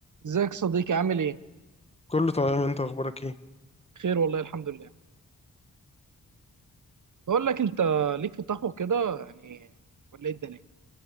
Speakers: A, on the right; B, on the left.
A: ازيك صديقي عامل ايه؟
B: كله تمام انت اخبارك ايه
A: بخير والله الحمد لله. بقول لك انت ليك في الطبخ كده يعني ولا ايه الدنيا؟